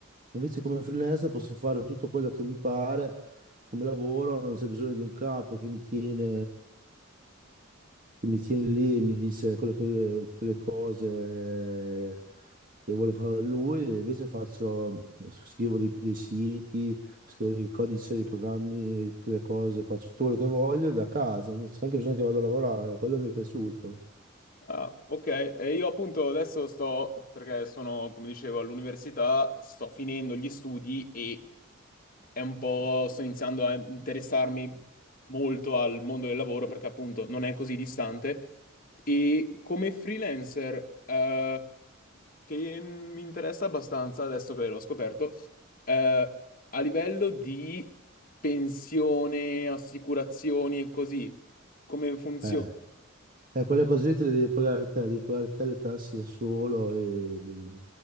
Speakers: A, on the right; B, on the left.
A: Invece come freelancer posso fare tutto quello che mi pare come lavoro, non c'è bisogno di un capo che mi tiene, che mi tiene lì e mi dice quello che, tutte le cose che vuole fare lui, e invece faccio, scrivo dei, dei siti, scrivo dei codici, dei programmi, tutte le cose, faccio tutto quello che voglio da casa, non c'è neanche bisogno che vada a lavorare, quello mi è piaciuto.
B: Ah, ok, e io appunto adesso sto, perché sono, come dicevo, all'università, sto finendo gli studi e è un po', sto iniziando a interessarmi molto al mondo del lavoro perché appunto non è così distante e come freelancer, eh, che mi interessa abbastanza adesso che l'ho scoperto, eh, a livello di pensione, assicurazioni e così, come funziona?
A: Eh, e quelle cose lì te le devi pagare te, devi pagare te le tasse da solo, e